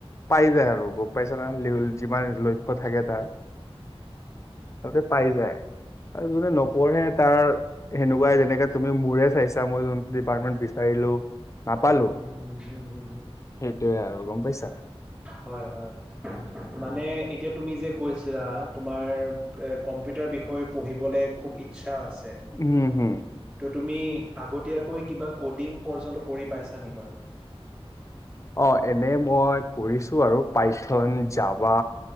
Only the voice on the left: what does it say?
পাই যায় আৰু গম পাই যিমান লক্ষ্য থাকে তাৰ তাতে পাই যায়। আৰু যোনে নপঢ়ে তাৰ সেনেকুৱাই যেনেকে তুমি মোৰে চাইছা মই যোনটো ডিপাৰ্টমেন্ট বিচাৰিলো নাপালো।
সেইটোৱে আৰু গম পাইছা।
উম, হম।
অ', এনে মই কৰিছো আৰু পাইথন যাবা।